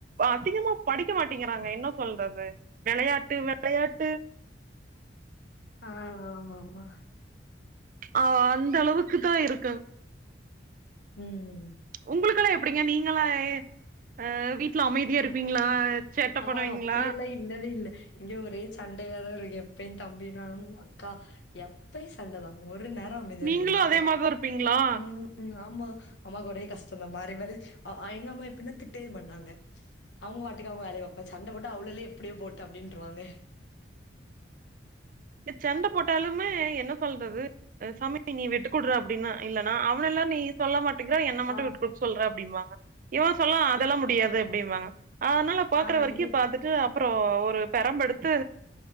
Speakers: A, on the right (about 45°); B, on the left (about 70°).
A: அதிகமா படிக்க மாட்டேங்கிறாங்க என்ன சொல்றது வெளயாட்டு வெளயாட்டு
B: ஆ ஆமா ஆமா
A: ஆ அந்த அளவுக்கு தான் இருக்கன்
B: ம் ம்
A: உங்களுக்கலாம் எப்டிங்க நீங்களாம் அ வீட்ல அமைதியா இருப்பீங்களா சேட்ட
B: ஆ
A: பண்ணுவீங்களா
B: அப்டியெல்லாம் இல் இல்லவே இல்ல இங்க ஒரே சண்டையாதா இருக்கு எப்பயும் தம்பி நானும் அக்கா எப்பயும் சண்டதான் ஒரு நேரம் அமைதியா
A: நீங்களு
B: இருக்க மாட்டோம்
A: அதே மாரிதா இருப்பீங்களா
B: ம் ம் ஆமா அம்மாவுக்கு ஒரே கஷ்டம் தான் மாறி மாறி அ அ எங்க அம்மா எப்டினா திட்டவே மாட்டாங்க அவுங்க வாட்டுக்கு அவங்க வேலய பாப்பாங்க சண்ட போட்டா அவளுள்ளே எப்டியோ போட்டும் அப்டின்றுவாங்களே
A: இந்த சண்ட போட்டாலுமே என்ன சொல்றது அ சமித் நீ விட்டுக்குறா அப்டின்னா இல்லனா அவனெல்லாம் நீ சொல்ல மாட்டேங்ற என்ன மட்டும்
B: ஆ.
A: விட்டு குடு சொல்ற அப்டிம்பாங்க இவன் சொல்லாம் அதெல்லாம் முடியாது அப்டிப்பாங்க அனால பாக்குற
B: ஆ
A: வரைக்கும்
B: இது
A: பாத்துட்டு அப்பறோ ஒரு பெரம்பெடுத்து